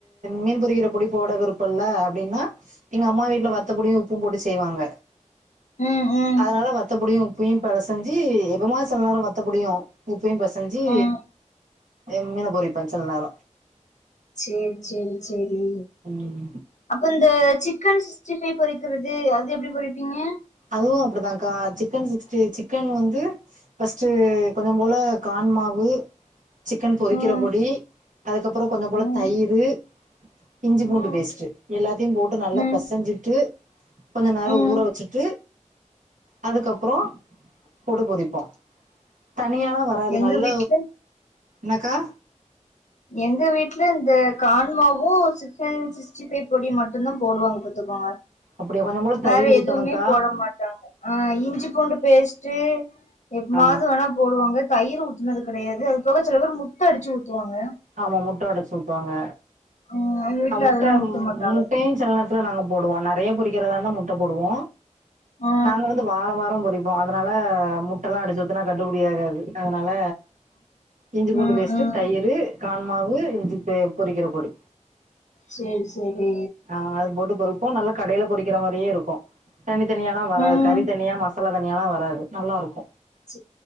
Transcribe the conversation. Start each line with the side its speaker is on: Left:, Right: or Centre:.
Right: மீன் பொறிக்கிற பொடி போட விருப்பல்ல அப்டின்னா எங்க அம்மா வீட்ல வத்தபொடியு உப்பு போட்டு செய்வாங்க
Left: ம் ம்
Right: அதனால வத்தபொடியு உப்பையு பெசஞ்சு எப்பமா சில நேர வத்தபொடியு உப்பையு பசஞ்சு
Left: ம்
Right: என் மீன பொறிப்ப சில நேர
Left: சேரி சேரி சேரி
Right: ம்
Left: அப்ப இந்த சிக்கன் சிக்ஸ்டி பைவ் பொறிக்கிறது அது எப்டி பொறிப்பீங்க
Right: அதுவு அப்படிதான்க்கா சிக்கன் சிக்டி சிக்கன் வந்து பர்ஸ்ட்டு கொஞ்சம் போல கான் மாவு சிக்கன் பொறிக்கிற
Left: ம்
Right: பொடி அதுக்கப்பறோ கொஞ்சம் போல
Left: ம்
Right: தயிரு இஞ்சி பூண்டு
Left: ம்
Right: பேஸ்ட்டு எல்லாத்தையு போட்டு நல்லா
Left: ம்
Right: பசஞ்சிட்டு கொஞ்ச நேர
Left: ம்
Right: ஊற வச்சுட்டு அதுக்கப்பறோ போட்டு பொறிப்போ தனியாலா வ அதாது
Left: எங்க
Right: நல்ல
Left: வீட்ல
Right: என்னக்கா
Left: எங்க வீட்ல இந்த கான்மாவு சிக்கன் சிக்ஸ்டி பைவ் பொடி மட்டுந்தா போடுவாங்க பாத் வா
Right: அப்டியா கொஞ்சோ போல
Left: வேற
Right: தயிர் ஊத்தணுக்கா
Left: எதுவுமே போட மாட்டாங்க ஆ இஞ்சி பூண்டு பேஸ்ட்டு எப்மாது
Right: ஆ
Left: வேணா போடுவாங்க தயிறு ஊத்துனது கெடையாது அது போக சில பேர் முட்ட அடிச்சு ஊத்துவாங்க
Right: ஆமா முட்ட ஒடைச்சு ஊத்துவாங்க
Left: ம் எங்க வீட்ல
Right: அ முட்ட
Left: அதெல்லா ஊத்த மாட்டாங்க
Right: முட்டையு செல நேர நாங்க போடுவோ நெறைய பொறிக்கிறதா இருந்தா முட்ட போடுவோ
Left: ஆ
Right: நாங்க வந்து வாழ வார பொறிப் அதனால முட்டைெல்லா அடிச்சூத்துனா கட்டுபடியாகாது அதனால இஞ்சி பூண்டு
Left: ம்
Right: பேஸ்ட்டு
Left: ம்
Right: தயிரு காண்மாவு இஞ்சி பே பொறிக்கிற பொடி
Left: சேரி சரி
Right: ஆ அது போட்டு பொறிப்போ நல்லா கடையில பொறிக்கிற மாரியே இருக்கு தனி தனியால்லா வராது
Left: ம்
Right: கறி தனியா மசா லா தணியால்லா வராது நல்லாருக்கு
Left: ச